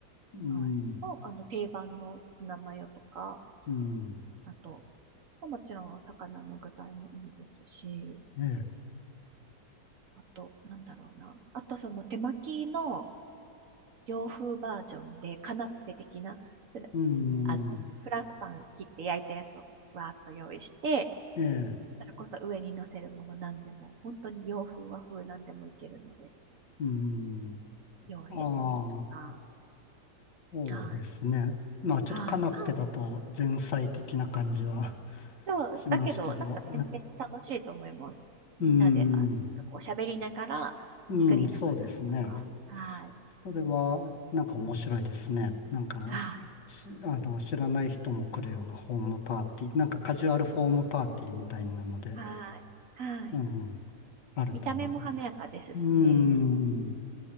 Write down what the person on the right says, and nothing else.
はい。もう、あの、定番のツナマヨとか、
あと、もちろん魚の具材もいいですし、
あと、なんだろうな。あと、その手巻きの、洋風バージョンで、カナッペ的な、フラ
あの、フランスパン切って焼いたやつをわーっと用意して、
それこそ上に乗せるもの何でも、本当に洋風和風何でもいけるので、
用意してみるとか。
はい。
はい。パン、そう、
だけど、なんか全然楽しいと思います。みんなで、
あ、なんかおしゃべりながら、
作りながらとか。
はい。
はい。
はい。はい。
見た目も華やかですしね。